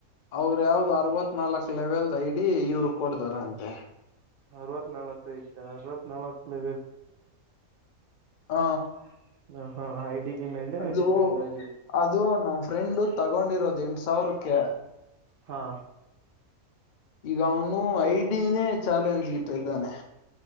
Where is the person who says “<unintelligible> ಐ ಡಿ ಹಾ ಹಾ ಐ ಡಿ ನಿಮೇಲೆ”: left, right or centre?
Right